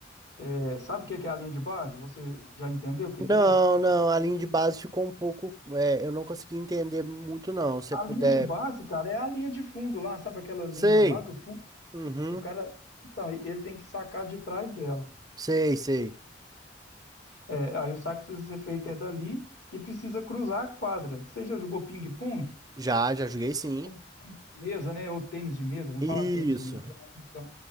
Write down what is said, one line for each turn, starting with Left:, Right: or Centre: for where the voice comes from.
Left: É, sabe o que que é a linha de base? Você já entendeu o que
Right: Não,
Left: que é isso?
Right: não, a linha de base ficou um pouco. é, eu não consegui entender muito, não. Se você
Left: A
Right: puder.
Left: linha de base, cara, é a linha de fundo lá, sabe aquela linha
Right: Sei.
Left: lá do fundo?
Right: Uhum.
Left: E o cara, então, e- ele tem que sacar de trás dela.
Right: Sei, sei.
Left: É. É, aí o saque precisa ser feito é dali e precisa cruzar a quadra. Você já jogou ping-pong?
Right: Já, já joguei sim.
Left: Ou tênis de Mesa, né? Ou tênis de mesa, vamos
Right: Isso.
Left: falar tênis de mesa. que é mais função.